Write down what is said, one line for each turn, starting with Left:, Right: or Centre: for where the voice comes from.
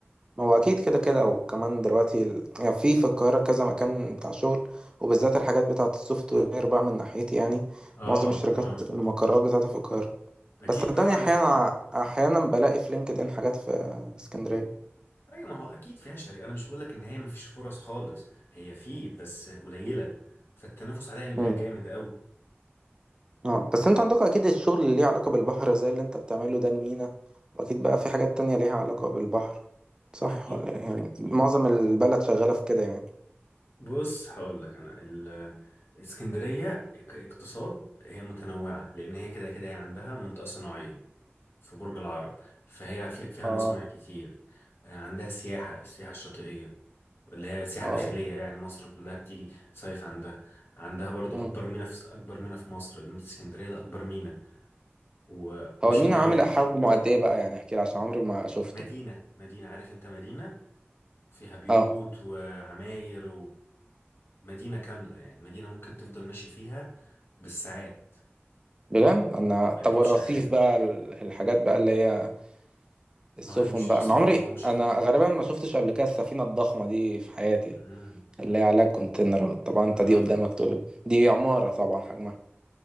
Right: ما هو اكيد كده كده وكمان دلوقتي ال... يعني في في القاهرة كذا مكان بتاع شغل وبالذات الحاجات بتاعة السوفت وير بقى من ناحيتي يعني
Left: اه
Right: معظم الشركات
Left: اه
Right: المقرات بتاعتها في القاهرة
Left: اكيد
Right: بس صدقني
Left: طبعا
Right: احيانا
Left: في الك-
Right: احيانا بلاقي في لينكد ان حاجات في اسكندرية
Left: ايوه ما هو اكيد فيها شري انا مش بقول لك ان هي مفيش فرص خالص هي في بس قليلة فالتنافس عليها بيبقى
Right: امم
Left: جامد
Right: اه بس انتوا عندكم اكيد الشغل اللي ليه علاقة بالبحر زي اللي انت بتعمله ده المينا واكيد بقى في حاجات تانية ليها علاقة بالبحر صح
Left: قوي
Right: ولا- إيه؟ يعني معظم البلد شغالة في كده يعني
Left: بص هقول لك انا ال- اسكندريه كاقتصاد هي متنوعه لان هي كده كده هي عندها منطقه صناعيه في برج العرب فهي في- فيها
Right: اه
Left: مصانع كتير آه، عندها سياحه السياحه الشاطئيه اللي هي سياحه
Right: اه
Left: داخليه يعني مصر كلها بتيجي صيف عندها عندها برضو
Right: مم.
Left: اكبر ميناء في اكبر ميناء في مصر ميناء اسكندريه ده اكبر ميناء ومش
Right: هو المينا
Left: ميناء
Right: عامل
Left: واحد
Right: حجمه قد ايه بقى يعني احكي لي عشان عمري ما شفته
Left: مدينه مدينه عارف انت مدينه فيها بيوت
Right: اه
Left: وعماير ومدينة كاملة يعني مدينة ممكن تفضل ماشي فيها بالساعات
Right: بجد انا طب
Left: ما تجيبش
Right: والرصيف
Left: آخرها
Right: بقى ال- الحاجات بقى اللي هي
Left: ما
Right: السفن
Left: هي مش
Right: بقى
Left: رصيف
Right: انا عمري
Left: ما هو مش
Right: انا غالبا ما شفتش قبل كده السفينه الضخمه دي في حياتي
Left: مم.
Right: اللي هي عليها كونتينرات طبعا انت
Left: اه
Right: دي قدامك طول دي عماره طبعا حجمها